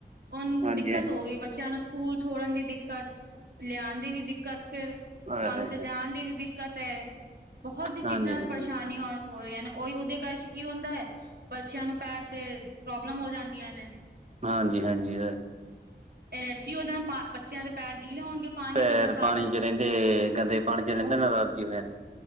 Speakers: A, on the right (about 65°); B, on the right (about 40°).
A: ਹੁਣ
B: ਹਾਂਜੀ
A: ਦਿੱਕਤ
B: ਹਾਂਜੀ
A: ਹੋ ਗਈ, ਬੱਚਿਆਂ ਨੂੰ ਸਕੂਲ ਛੋੜਨ ਦੀ ਦਿੱਕਤ ਲਿਆਉਣ ਦੀ ਵੀ ਦਿੱਕਤ ਫਿਰ
B: ਆਏ
A: ਕੰਮ
B: ਹਾਏ
A: ਤੇ
B: ਹਾਏ
A: ਜਾਣ ਦੀ ਵੀ ਦਿੱਕਤ ਹੈ। ਬਹੁਤ ਹੀ ਚੀਜ਼ਾਂ,
B: ਹਾਂਜੀ ਹਾਂਜੀ
A: ਪਰੇਸ਼ਾਨੀਆਂ ਹੋ ਰਹੀਆਂ ਨ। ਉਹੀ, ਉਹਦੇ ਕਰਕੇ ਕੀ ਹੁੰਦਾ ਹੈ, ਬੱਚਿਆਂ ਨੂੰ ਪੈਰ ਤੇ ਪ੍ਰੋਬਲਮ ਹੋ ਜਾਂਦੀਆਂ ਨੇ।
B: ਹਾਂਜੀ -ਹਾਂਜੀ।
A: ਐਲਰਜੀ ਹੋ ਜਾਣ, ਬੱਚਿਆਂ ਦੇ ਪੈਰ ਗਿੱਲੇ ਹੋਣਗੇ। ਪਾਣੀ
B: ਪੈਰ,
A: ਤੇ ਬਰਸਾਤ
B: ਪਾਣੀ ਚ ਰਹਿੰਦੇ, ਗੰਦੇ ਪਾਣੀ
A: ਉਹ
B: ਚ ਰਹਿੰਦੇ ਨਾ, ਐਲਰਜੀ ਹੋ ਜਾਂਦੀ।